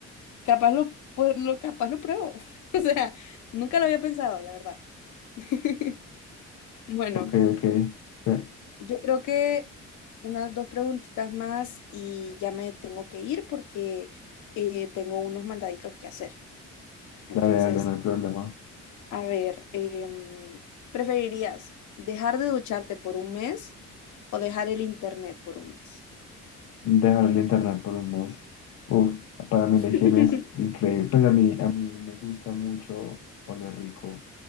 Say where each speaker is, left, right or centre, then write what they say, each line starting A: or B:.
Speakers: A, on the left; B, on the left.
A: capaz lo, pues, lo capaz lo pruebo. <laughs> O sea, nunca lo había pensado, la verdad. <laughs> Bueno,
B: ok, ok. eh,
A: Yo creo que unas dos preguntitas más y ya me tengo que ir porque eh, tengo unos mandaditos que hacer. Entonces,
B: Dale, dale, no hay problema.
A: a ver, em, ¿preferirías dejar de ducharte por un mes o dejar el internet por un mes?
B: Dejar el internet por un mes. Uf, para mí
A: <laughs>
B: la higiene es increíble. Pues a mí, a mí me gusta mucho oler rico.